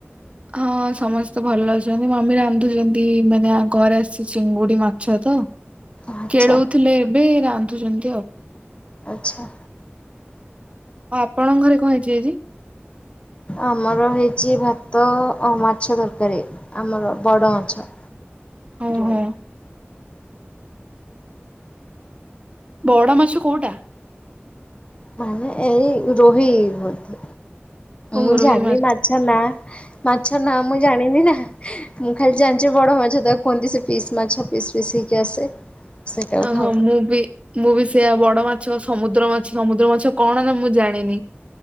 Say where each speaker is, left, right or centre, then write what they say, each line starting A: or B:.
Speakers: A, on the right; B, on the left.
A: ହଁ ସମସ୍ତେ ଭଲ ଅଛନ୍ତି, ମମି ରାନ୍ଧୁଚନ୍ତି ମାନେ ଆ, ଘରେ ଆସିଚି ଚିଙ୍ଗୁଡି ମାଛ ତ
B: ଆଚ୍ଛା
A: କେଳଉ ଥିଲେ। ଏବେ ରାନ୍ଧୁଚନ୍ତି ଆଉ।
B: ଆଚ୍ଛା।
A: ଆପଣଙ୍କ ଘରେ କଣ ହେଇଚି ଆଜି?
B: ଆମର ହେଇଚି ଭା ତ ଆଉ ମାଛ ତରକାରୀ ଆମର ବଡ଼ ମାଛ।
A: ଓହୋ
B: ଯୋଉ
A: ବଡ ମାଛ କୋଉଟା?
B: ମାନେ ଏଇ ରୋହି ବୋଧେ
A: ଓହୋ
B: ମୁଁ
A: ରୋହି
B: ଜାଣିଲି ମାଛ ନା, ମାଛ ନା ମୁଁ ଜାଣିନି ନା। ମୁଁ ଖାଲି ଜାଣିଚି ବଡ଼ ମାଛ ତ କୁହନ୍ତି ସେ ପିସ୍ ମାଛ ପିସ୍ ପିସ୍ ହେଇ କି ଆସେ। ସେଇଟାକୁ
A: ଓହୋ,
B: ଖାଉ
A: ମୁଁ ବି ମୁଁ ବି ସେଇୟା ବଡ଼ ମା ଛ ସମୁଦ୍ର ମାଛ, ସମୁଦ୍ର ମାଛ କଣ ନା ମୁଁ ଜାଣିନି।